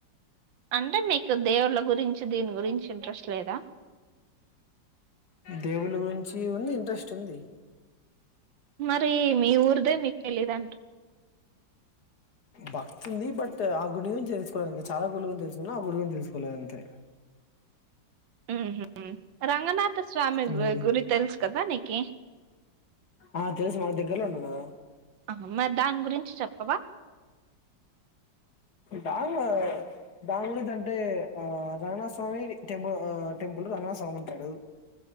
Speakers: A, on the right; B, on the left.
A: అంటే మీకు దేవుళ్ళ గురించి దీని గురించి ఇంట్రెస్ట్ లేదా
B: దేవుళ్ళ గురించి ఉంది ఇంట్రెస్ట్ ఉంది
A: తి మీ ఉర్దే మీకు తెలీదా
B: భక్తుంది బట్ ఆ గుడి గురించి తెలుసుకోలే చాలా గుడి గురించి తెలుసుకున్నా గుడి గురించి తెలుసుకోలేదు అంతే
A: ఉహుమ్ రంగనాథ స్వామి
B: ఉమ్
A: గు గురి తెలుసు కదా నీక్ కే
B: ఆ తెల్సు మా దగ్గర్లో ఉంది కదా
A: ఆ మరి దాని గురించి చెప్పవా
B: దాన్ ఆ దాని గురించి అంటే ఆ రంగనాథ స్వామి విత్ టెంపుల్ ఆ టెంపుల్ రంగా సాగు ఉంటాడు